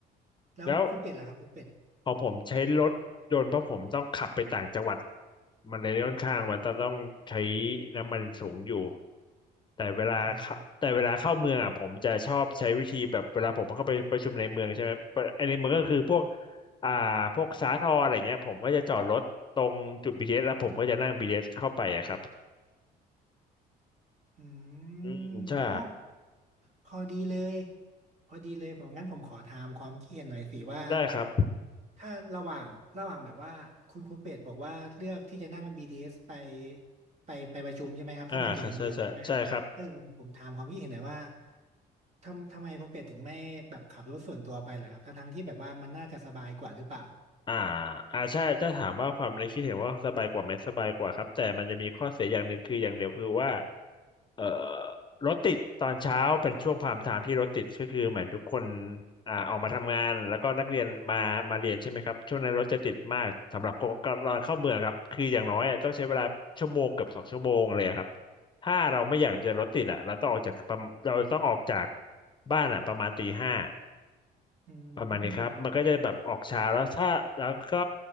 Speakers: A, on the right; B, on the left.
A: แล้วคุณเป็ดล่ะครับคุณเป็ด
B: แล้ว พอผมใช้รถยนต์เพราะผมต้องขับไปต่างจังหวัดมันเลยค่อนข้างมันจะต้องใช้น้ำมันสูงอยู่แต่เวลาเข้าแต่เวลาเข้าเมืองอ่ะผมจะชอบใช้วิธีแบบเวลาผมเข้าไปประชุมในเมืองใช่ไหมไอ้ในเมืองก็คือพวก
A: อ๋อ
B: อ่าพวกสาทรอะไรเงี้ยผมก็จะจอดรถตรงจุดบทีเ t สแล้วผมก็จะนั่งบีทีเ t สเข้าไปอะครับ
A: อื
B: อืมใช่
A: มอ๋อพอดีเลยพอดีเลยผมงั้นผมขอถามความเคิดเห็นหน่อยสิว่า
B: ได้ครับ
A: ถ้าระหว่างระหว่างแบบว่าคุณคุณเป็ดบอกว่าเลือกที่จะนั่งบีทีเอ s ไปไปไปประชุมใช่ไหมครับถ้ามันอยู่ในเมืองใช่ไหม
B: อ่าค่ะใช่ใช่ใช่ครับ
A: เออผมผมถามความคิดเห็นหน่อยว่าทำทำไมคุณเป็ดถึงไม่แบบขับรถส่วนตัวไปเหรอครับทั้งทั้งที่แบบว่ามันน่าจะสบายกว่าหรือเปล่า
B: อ่าอ่าใช่ถ้าถามว่าความในคิดเห็นว่าสบายกว่าไหมสบายกว่าครับแต่มันจะมีข้อเสียอย่างหนึ่งคืออย่างเดียวคือว่าเอ่อรถติดตอนเช้าเป็นช่วงพามไทม์ที่รถติดก็คือเหมือนทุกคนอ่าออกมาทำงานแล้วก็นักเรียนมามาเรียนใช่ไหมครับช่วงนั้นรถจะติดมากสำหรับคนก็ตอนเข้าเมืองครับคืออย่างน้อยอะต้องใช้เวลาชั่วโมงเกือบสองชั่วโมงเลยครับถ้าเราไม่อยากจะรถติดอ่ะเราต้องออกจากประมเราต้องออกจากบ้านอ่ะประมาณตีห้า
A: อื
B: ประมาณนี้ครับ
A: ม
B: มันก็จะแบบออกช้าแล้วถ้าแล้วก็